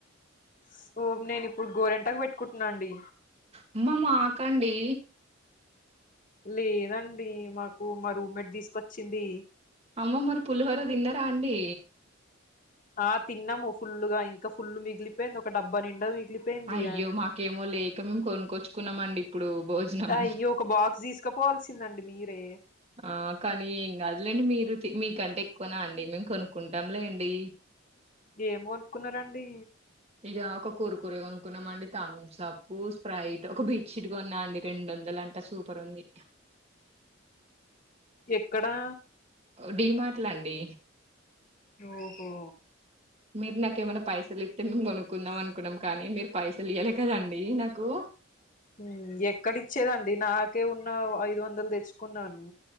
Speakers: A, on the left; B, on the right.
A: స్ ఓ నేను ఇప్పుడు గోరెంటాకు పెట్టుకుంటున్నా అండి
B: అమ్మ మాకండి
A: లేదండి మాకు మా రూమ్మెట్ దీసుకొచ్చింది
B: అమ్మ మరి పులిహోర తిన్నరా అండి
A: ఆ తిన్నాము ఫుల్ గా ఇంకా ఫుల్ మిగిలిపోయింది ఒక డబ్బా నిండా మిగిలిపోయింది
B: అయ్యో మాకేమో లేక మేము కొనుక్కొచ్చు కున్నమండి ఇప్పుడు భోజనం
A: అయ్యో ఒక బాక్స్ తీసుకపోవల్సిందండి మీరే
B: ఆ కానీ ఏం కాదులేండి మీరు తి మీకంటే ఎక్కువనా అండి మేము కొనుక్కుంటాం లేండి
A: ఏమ కొనుక్కున్నారండి
B: ఇక ఒక కుర్కురే కొనుకున్నాం అండి, థంప్స్ అప్ స్ప్రైట్ ఒక బెడ్షీట్ కొన్నా అండి, రెండు వందల అంటా సూపర్ ఉంది
A: ఎక్కడా
B: డి మార్టులో అండి
A: ఓహో
B: మీరు నాక ఏమైనా పైసలు ఇస్తే మేము కొనుక్కుందాం అనుకున్నాం, కానీ మీరు పైసలు ఇవ్వాలి కదండి నాకు
A: మ్ ఎక్కడిచ్చేదండి నాకే ఉన్న ఐదు వందలు తెచ్చు కున్నాను